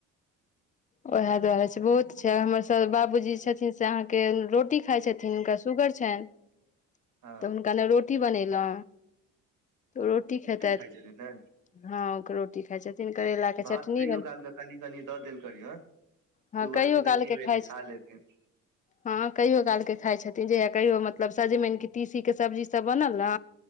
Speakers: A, on the left; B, on the right.
A: उएह दुआरे छै बहुत छै हमरसभ बाबूजी छथिन से अहाँके रोटी खाए छथिन हुनका शुगर छै त
B: हँ
A: हुनका ले रोटी बनेलो रोटी खेतैथ
B: खाइ छथिन ने
A: हँ ओ रोटी खाइ छथिन करैला के
B: भात
A: चटनी
B: कहियो
A: बन
B: काल के कनि कनि द देल करियो
A: हँ
B: शुगर
A: कहियो
B: छै त
A: काल
B: की
A: के
B: भेले
A: खाइ छथिन
B: खा लेथि
A: हँ कहियो काल के खाइ छथिन जहिया कहियो मतलब सजमन की तीसी के सब्जी सब बनल न